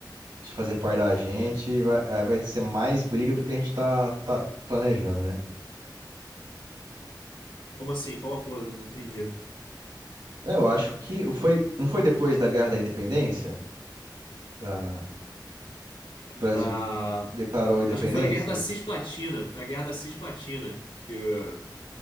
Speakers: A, on the right; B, on the left.
A: de fazer parte da gente, e vai, aí vai ser mais briga do que a gente tá, tá planejando, né?
B: Como assim? Qual acordo? Não entendi.
A: Eu acho que foi, não foi depois da Guerra da Independência, da, que o Brasil
B: Da.
A: declarou a independência?
B: Acho que foi a Guerra da Cisplatina. Foi a Guerra da Cisplatina que uh,